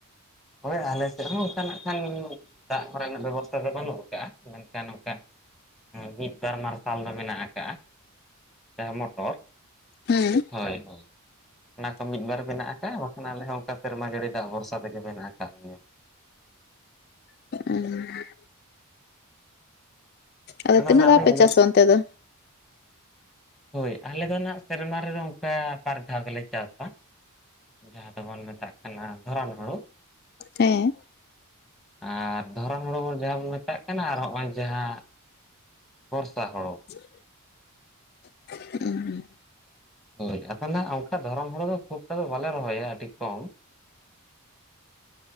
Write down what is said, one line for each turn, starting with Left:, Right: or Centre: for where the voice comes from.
Centre: ᱦᱳᱭ ᱟᱞᱮ ᱥᱮᱫ ᱦᱚᱸ ᱚᱱᱠᱟ ᱱᱟᱜ ᱚᱱᱠᱟᱱᱟᱜ ᱠᱷᱟᱱ ᱫᱟᱜ ᱠᱚᱨᱮ ᱱᱟᱜ ᱵᱮᱵᱚᱥᱛᱷᱟ ᱫᱚ ᱵᱟᱹᱱᱩᱜ ᱟᱠᱟᱜᱼᱟ, ᱢᱮᱱᱠᱷᱟᱱ ᱱᱚᱱᱠᱟ ᱮ ᱢᱤᱫ ᱵᱟᱨ ᱢᱟᱨᱥᱟᱞ ᱫᱚ ᱢᱮᱱᱟᱜ ᱟᱠᱟᱜᱼᱟ ᱡᱟᱦᱟᱸ ᱢᱚᱴᱚᱨ
Left: ᱦᱮᱸ
Centre: ᱦᱳᱭ, ᱦᱳᱭ, ᱚᱱᱟ ᱠᱚ ᱢᱤᱫ ᱵᱟᱨ ᱢᱮᱱᱟᱜ ᱟᱠᱟᱜᱼᱟ ᱵᱟᱠᱷᱟᱱ ᱟᱞᱮ ᱦᱚᱸ ᱚᱱᱠᱟ ᱥᱮᱨᱢᱟ ᱡᱟᱹᱲᱤ ᱫᱟᱜ ᱵᱷᱚᱨᱥᱟ ᱛᱮᱜᱮ ᱢᱮᱱᱟᱜ ᱟᱠᱟᱫ ᱞᱮᱭᱟ᱾
Left: <unintelligible> ᱟᱫᱚ ᱛᱤᱱᱟᱹᱜ
Centre: ᱱᱟᱜ
Left: ᱫᱷᱟᱣ
Centre: ᱞᱤᱧ
Left: ᱯᱮ
Centre: ᱞᱟᱹᱭ
Left: ᱪᱟᱥᱟ ᱚᱱᱛᱮ ᱫᱚ᱾
Centre: ᱦᱳᱭ ᱟᱞᱮ ᱫᱚ ᱦᱟᱸᱜ ᱥᱮᱨᱢᱟ ᱨᱮᱫᱚ ᱚᱱᱠᱟ ᱵᱟᱨ ᱫᱷᱟᱣ ᱜᱮᱞᱮ ᱪᱟᱥᱟᱺ ᱡᱟᱦᱟᱸ ᱫᱚᱵᱚᱱ ᱢᱮᱛᱟᱜ ᱠᱟᱱᱟ ᱫᱷᱚᱨᱚᱱ ᱦᱩᱬᱳ
Left: ᱦᱮᱸ
Centre: ᱟᱨ ᱫᱷᱚᱨᱚᱱ ᱦᱩᱬᱩ ᱡᱟᱦᱟᱸ ᱵᱚᱱ ᱢᱮᱛᱟᱜ ᱠᱟᱱᱟ ᱟᱨ ᱦᱚᱸᱜᱼᱚᱭ ᱡᱟᱦᱟᱸ ᱵᱚᱨᱥᱟ ᱦᱳᱲᱳ,
Left: <inaudible> <unintelligible>
Centre: ᱦᱳᱭ ᱴ ᱟᱚᱞᱮ ᱱᱟᱸᱜ ᱚᱱᱠᱟ ᱫᱷᱚᱨᱚᱢ ᱦᱳᱲᱳ ᱫᱚ ᱠᱷᱩᱸᱵᱴᱟ ᱫᱚ ᱵᱟᱞᱮ ᱨᱚᱦᱚᱭᱟ ᱟᱹᱰᱤ ᱠᱚᱢ,